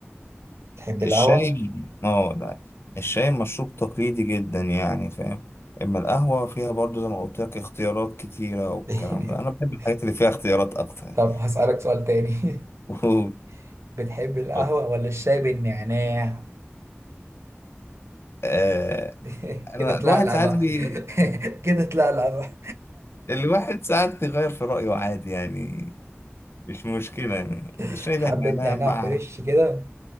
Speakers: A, on the right; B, on the left.
A: تحب القهوة؟
B: الشاي اه لا الشاي مشروب تقليدي جدا يعني فاهم اما القهوة فيها برضو زي ما قلت لك اختيارات كتيرة والكلام
A: <laughs>
B: ده انا بحب الحاجات اللي فيها اختيارات اكتر
A: طب هسألك سؤال تاني <laughs>
B: <laughs>
A: بتحب القهوة
B: اتفضل.
A: ولا الشاي بالنعناع
B: آه
A: <laughs> كده
B: انا
A: تلقلق
B: الواحد ساعات
A: بقى
B: بي...
A: <laughs> كده تلقلق بقى
B: الواحد ساعات بيغير في رأيه عادي يعني مش مشكلة يعني
A: <laughs>
B: الشاي
A: حبة
B: بقى نعناع
A: نعناع
B: مع
A: فريش كده